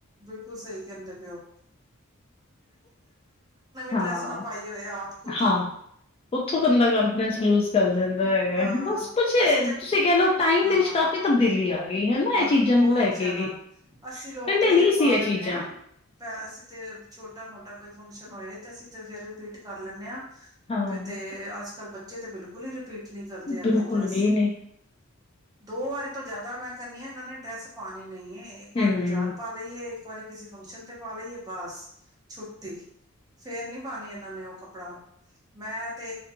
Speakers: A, on the right (about 15°); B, on the left (about 25°).
A: ਬਿਲਕੁਲ ਸਹੀ ਕਹਿੰਦੇ ਪਿਓ
B: ਹਾਂ,
A: ਡਰੈਸ ਨਾ ਪਾਈ ਹੋਏ ਆਪ ਖੁਦ
B: ਹਾਂ
A: ਵੀ
B: ਉੱਥੋਂ ਬੰਦਾ ਕਾਨਫੀਡੈਂਸ ਲੂਜ ਕਰ ਜਾਂਦਾ ਹੈਗਾ।
A: ਹਾਂ
B: ਬਸ ਕੁਛ
A: ਅਸੀਂ ਤੇ
B: ਤੁਸੀਂ ਕਹਿ ਲਓ ਟਾਈਮ
A: ਹਾਂ
B: ਦੇ ਵਿੱਚ ਕਾਫੀ ਤਬਦੀਲੀ ਆ ਗ ਹਨਾ
A: ਬ
B: ਇਹ ਚੀਜ਼ਾਂ ਨੂੰ
A: ਬਹੁਤ
B: ਲੈ ਕੇ
A: ਜ਼ਿਆਦਾ
B: ਵੀ, ਕਹਿੰਦੇ
A: ਅਸੀਂ ਲੋਕ ਤੇ ਫੇਰ
B: ਨਹੀਂ
A: ਪਾ
B: ਸੀ ਇਹ
A: ਲੈਂਦੇ
B: ਚੀਜ਼ਾਂ
A: ਹਾਂ ਅਸੀਂ ਤੇ ਛੋਟਾ -ਮੋਟਾ ਕੋਈ ਫੰਕਸ਼ਨ ਹੋਏ ਤੇ ਅਸੀਂ ਤੇ ਫੇਰ ਰਿਪੀਟ ਕਰ ਲੈਂਦੇ ਹਾਂ
B: ਹਾਂ
A: ਵੀ ਤੇ ਅੱਜ- ਕੱਲ੍ਹ ਬੱਚੇ ਚ ਤਾਂ ਬਿਲਕੁਲ ਹੀ ਰਿਪੀਟ ਨਹੀਂ ਕਰਦੇ ਹੈਗੇ
B: ਬਿਲਕੁਲ
A: ਡਰੈਸ।
B: ਵੀ ਨਹੀਂ
A: ਦੋ ਵਾਰੀ ਤੋਂ ਜ਼ਿਆਦਾ ਮੈਂ ਕਰਨੀ ਹੈ। ਇਹਨਾਂ ਨੇ ਡਰੈਸ ਪਾਉਣੀ ਨਹੀਂ ਹੈ। ਇੱਕ
B: ਹੂੰ,
A: ਵਾਰੀ ਬਾਜ਼ਾਰ ਪਾ ਲਈਏ ਵਾਰੀ ਕਿਸੇ ਫੰਕਸ਼ਨ ਤੇ ਪਾ ਲਈਏ ਬਸ। ਛੁੱਟੀ, ਫੇਰ ਨੀ ਪਾਣੀ ਇਹਨਾਂ ਨੇ ਉਹ ਕੱਪੜਾ ਮੈਂ ਤੇ